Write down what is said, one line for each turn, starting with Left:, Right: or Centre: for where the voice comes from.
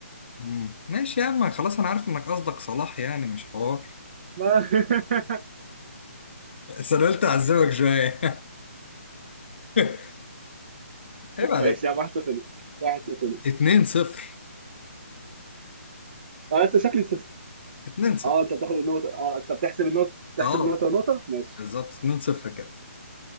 Left: مم. ماشي يا عم خلاص انا عارف انك قصدك صلاح يعني مش حوار <laughs>
Right: ما <laughs>
Left: بس انا قلت اعذبك شوية <laughs> عيب عليك
Right: ماشي يا عم واحد صفر ليك واحد صفر ليك
Left: اتنين صفر
Right: انا لسه شكلي
Left: اتنين صفر
Right: اه انت بتاخد النقطة اه انت بتحسب النقطة تحسب
Left: اه
Right: النقطة ونقطة ماشي
Left: بالظبط اتنين صفر كده